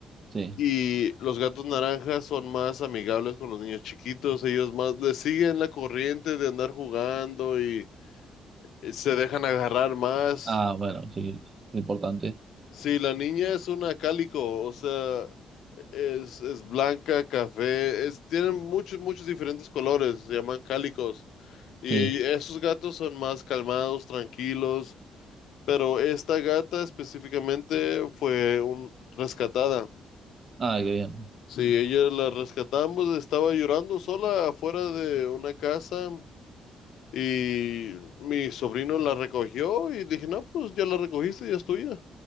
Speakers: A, on the right; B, on the left.
A: Sí.
B: Y los gatos naranjas son más amigables con los niños chiquitos, ellos más les siguen la corriente de andar jugando y eh, se dejan agarrar más.
A: Ah, bueno, sí, es importante.
B: Sí, la niña es una cálico, o sea, es, es blanca, café, es, tienen muchos, muchos diferentes colores, se llaman cálicos. Y
A: Sí.
B: esos gatos son más calmados, tranquilos, pero esta gata específicamente fue un, rescatada.
A: Ah, qué bien.
B: Sí, ella la rescatamos, estaba llorando sola afuera de una casa y mi sobrino la recogió y dije, no, pues ya la recogiste, ya es tuya.